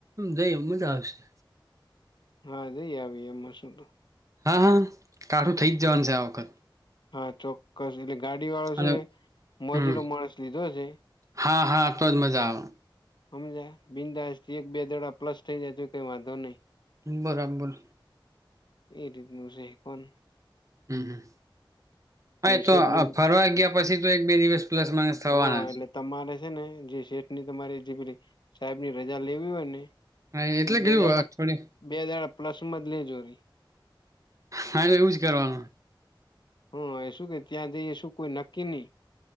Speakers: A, on the right; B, on the left.
A: જઈ એમ મજા આવશે
B: હા <unintelligible> એમાં શું તો
A: હા હા કાઠું થઈ જ જવાનું છે આ વખત
B: હા ચોક્કસ એટલે ગાડી વાળો
A: અને
B: શું છે મોજીલો
A: હમ
B: માણસ લીધો છે
A: હા હા તો જ મજા આવે
B: <unintelligible> બિંદાસ થી એક બે દાળા પ્લસ થઇ જાય તો કઈ વાંધો નઈ
A: બરાબર
B: એ રીતનું છે કોન
A: હમ હા
B: શેઠની
A: તો ફરવા ગયા પછી તો એક બે દિવસ પ્લસ માઇનસ થવાના
B: હા એટલે
A: જ
B: તમારે છે ને જે શેઠ ની તમારી જે પેલી સાહેબની રજા લેવી હોય ને
A: હા એટલે
B: ઈ બે
A: કેવું
B: દાળા
A: અઠવાડિયે
B: બે દાળા પ્લસમાં જ <unintelligible>
A: હા તો એવું જ કરવાનું
B: હું એ શું કે ત્યાં જઈએ શું કોઈ નક્કી ની